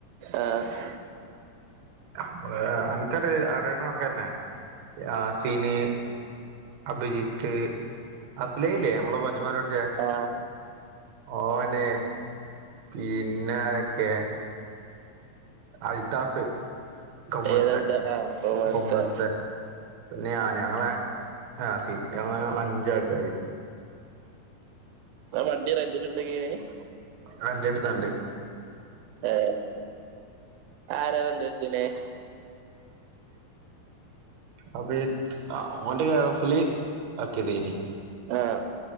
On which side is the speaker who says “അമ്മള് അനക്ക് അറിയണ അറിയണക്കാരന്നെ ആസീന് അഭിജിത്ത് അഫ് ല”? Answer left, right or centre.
Right